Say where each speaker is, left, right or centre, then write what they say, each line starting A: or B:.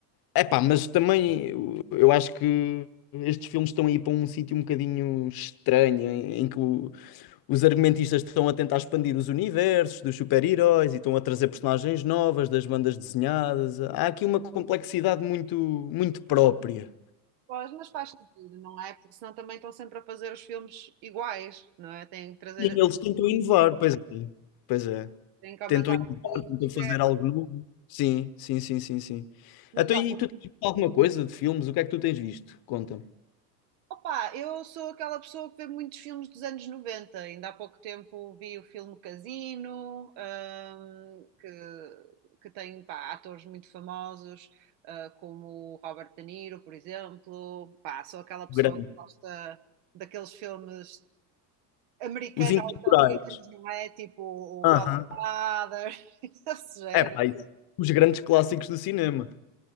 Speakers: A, on the left; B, on the right.
A: É pá, mas também eu, eu acho que estes filmes estão aí para um sítio um bocadinho estranho, em, em que o- os argumentistas estão a tentar expandir os universos dos super-heróis e estão a trazer personagens novas das bandas desenhadas. Há aqui uma complexidade muito, muito própria.
B: Pois, mas faz sentido, não é? Porque senão também estão sempre a fazer os filmes iguais, não é? Têm que trazer,
A: E eles tentam inovar, pois é. Pois é.
B: Tem que aumentar
A: tentam inovar,
B: um bocadinho
A: tentam
B: o universo.
A: fazer algo novo. Sim, sim, sim, sim, sim.
B: Mas
A: Então,
B: olha,
A: e tu
B: não-
A: tens visto alguma coisa de filmes? O que é que tu tens visto? Conta-me.
B: opa, eu sou aquela pessoa que vê muitos filmes dos anos noventa Ainda há pouco tempo vi o filme Casino, hum, que, que tem pá, atores muito famosos, ah, como o Robert De Niro, por exemplo. Pá, sou aquela pessoa
A: Grande.
B: que gosta daqueles filmes americanos
A: Os Intemporais.
B: ou italianos, não é? Tipo o
A: Aham.
B: Godfather, <laughs> esse género.
A: É pá, isso. Os grandes clássicos do cinema.